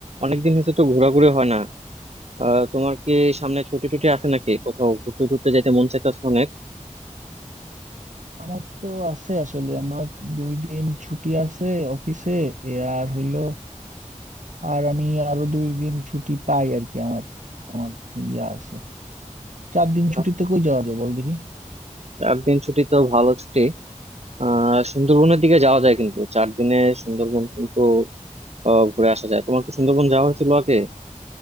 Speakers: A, on the right; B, on the right.
A: অনেকদিন হয়েছে তো ঘোরাঘুরি হয় না আহ, তোমার কি সামনে ছুটি টুটি আছে নাকি কোথাও ঘুরতে টুরতে যেতে মন চাইতেছে অনেক
B: আমার তো আছে আসলে আমার দুই দিন ছুটি আছে অফিসে এ আর হইলো আর আমি আরো দুই দিন ছুটি পাই আর কি আমার আমার ইয়া আছে চার দিন ছুটিতে
A: আহ,
B: কই যাওয়া যায় বল দেখি
A: চার দিন ছুটি তো ভালো ছুটি আহ সুন্দরবনের দিকে যাওয়া যায় কিন্তু চার দিনে সুন্দরবন কিন্তু আহ, ঘুরে আসা যায় তোমার কি সুন্দরবন যাওয়া হয়েছিল আগে